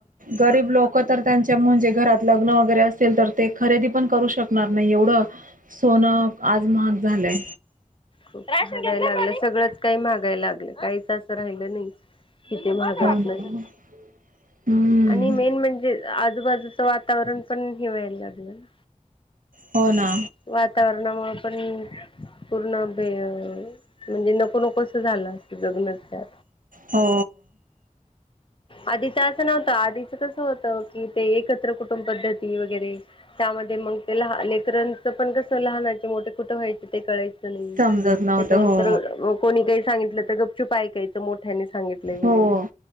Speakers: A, on the right; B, on the left.
A: गरीब लोक तर त्यांच्या म्हणजे घरात लग्न वगैरे असेल तर ते खरेदी पण करू शकणार नाही एवढ सोन आज मग झालय
B: खूप महागाय लागलं सगळंच काही महागायला लागलं काहीच असं राहिलं नाही तिथे <unintelligible> महागत
A: हो ना
B: नाही
A: हम्म
B: आणि मेन म्हणजे आजूबाजू वातावरण पण हे व्हायला लागलं ना
A: हो ना
B: वातावरणामुळे पण अ पूर्ण भे म्हणजे हे नको नकोसं झालं अस जग्न आ
A: हो
B: आधीच असं नव्हतं आधीच कस होत कि ते एकत्र कुटुंब पद्धती वगैरे त्या म ल लेकरांच पण कस लहा मोठे कुठे व्हायचे ते कळायचे त् चला येऊ
A: समजत नव्हतं
B: याच्यानंतर
A: हो
B: अ मग कोणी काहीच सांगितलं तर गप्चू आयकायचं मोठ्यानी सांगितलंय म्हणून
A: हो